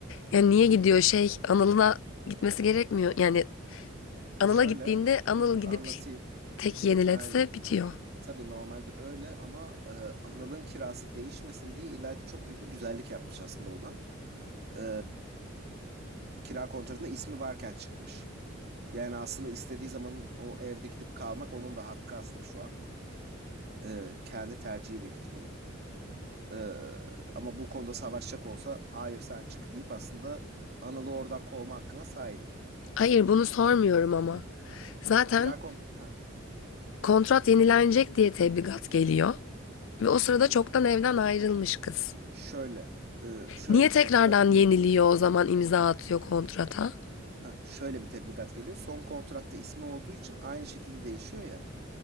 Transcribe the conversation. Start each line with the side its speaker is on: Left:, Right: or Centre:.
Left: Yani niye gidiyor şey Anıl'ına gitmesi gerekmiyor. Yani Anıl'a
Right: şöyle
Left: gittiğinde Anıl
Right: dur dur
Left: gidip
Right: anlatayım.
Left: tek yeniletse
Right: Aynen.
Left: bitiyor.
Right: Tabii normalde öyle ama eee Anıl'ın kirası değişmesin diye İlayda çok büyük bir güzellik yapmış aslında ona. e, kira kontratında ismi varken çıkmış. Yani aslında istediği zaman o evde gidip kalmak onun da hakkı aslında şu an. E, kendi tercihiyle gitmiyor. E, ama bu konuda savaşacak olsa hayır sen çık deyip aslında Anıl'ı oradan kovma hakkına sahip.
Left: Hayır bunu sormuyorum ama. Zaten
Right: Kira kont... Heh.
Left: kontrat yenilenecek diye tebligat geliyor. Ve o sırada
Right: Hı.
Left: çoktan evden ayrılmış kız.
Right: Şöyle. e, şöyle
Left: Niye tekrardan
Right: bir tebligat geliyor.
Left: yeniliyor o zaman imza atıyor kontrata?
Right: Heh, şöyle bir tebligat geliyor. Son kontratta ismi olduğu için aynı şekilde değişiyor ya.